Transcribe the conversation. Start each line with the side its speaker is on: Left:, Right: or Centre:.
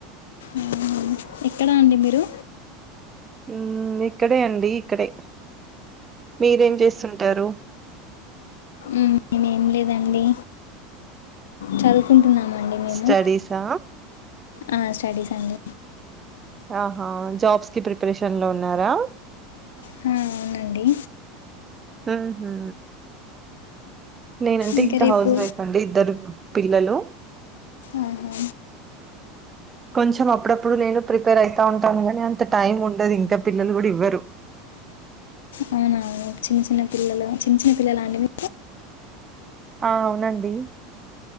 Left: ఉహు ఎక్కడ అండి మీరు
Right: ఉమ్మ్ ఇక్కడే అండి ఇక్కడే మీరేం చేస్తుంటారు
Left: ఉమ్ నేన్ ఏంలేదండి చదువుకుంటున్నామండి. మేము
Right: స్టడీ సా
Left: ఆ స్టడీస్ అండి
Right: ఆహా జాబ్స్ కి ప్రిపరేషన్ లో ఉన్నారా?
Left: హా అవునండి.
Right: ఉహు నేనంటే
Left: ఇంకా
Right: ఇంక
Left: రేపు
Right: హౌస్ వైఫ్ అండి ఇద్దరు పిల్లలు
Left: ఆహా,
Right: కొంచెం అప్పుడప్పుడు నేను ప్రిపేర్ అవుతా ఉంటాను గాని అంత టైం ఉండదు ఇంకా పిల్లలు కూడా ఇవ్వరు.
Left: అవునా చిన్న చిన్న పిల్లలు చిన్న చిన్న పిల్లలా అండి మీ
Right: అవునండి.